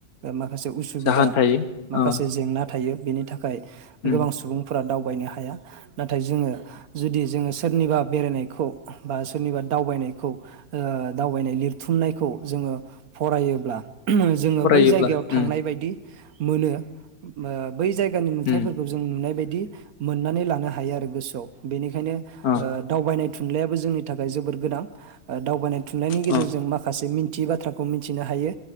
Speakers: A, on the right; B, on the left.
A: ओ माख खासे उसुबिदा
B: जाहोन थायो
A: माखासे
B: अ
A: जेंना थायो। बेनि थाखाय
B: उम
A: गोबां सुबुंफोरा दाव दावबायनो हाया, नाथाय जोङो जुदि जोङो सोरनिबा बेरायनायखौ बा सोरनिबा दावबायनायखौ ओ दावबायनाय लिरथुमनायखौ जोङो फरायोब्ला। जोङो
B: फरायोब्ला
A: बै जायगायाव थांनाय
B: उम
A: बायदि मोनो मो बै जायगानि नुथायफोरखौ
B: उम
A: जों नुनाय बायदि दि मोननानै लानो हायो आरो गोसोआव बेनिखायनो। खायनो
B: अ
A: ओ दावबायनाय थुनलाइयाबो जोंनि थाखाय जोबोर गोनां ओ दावबायनाय थुननायनि गेजेरजों
B: औ
A: माखासे मि थियि बाथ्राखौ मिथिनो हायो।